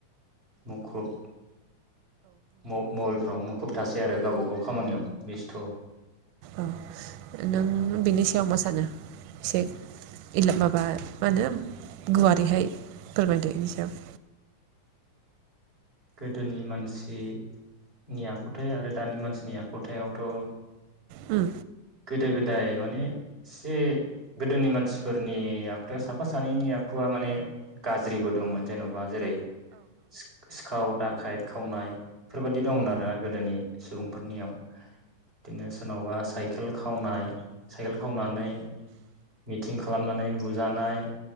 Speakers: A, on the right; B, on the right.
A: मुखुब म-मबाइलफ्राव मुखुब थासै आरो गावबागाव खामानियाव। बेस्थ'।
B: औ नों बेनि सायाव मा सानो एसे माबा मा होनो गुवारैहाय फोरमायदो बेनि सायाव।
A: गोदोनि मानसिनि आखुथाय आरो दानि मानसिनि आखुथायावथ'।
B: ओम।
A: गोदो गोदाय माने एसे गोदोनि मानसिफोरनि आखुथाय साफा सानैनि आखुआ माने गाज्रिबो दंमोन जेन'बा जेरै। सि-सिखाव दाख खाइद खावनाय। बेफोरबायदि दंमोन आरोना गोदोनि सुबुंफोरनियाव बिदिनो सोरनावबा साइ। खेल खावनाय साइखेल खावनानै मिथिं खालामनानै बुजानाय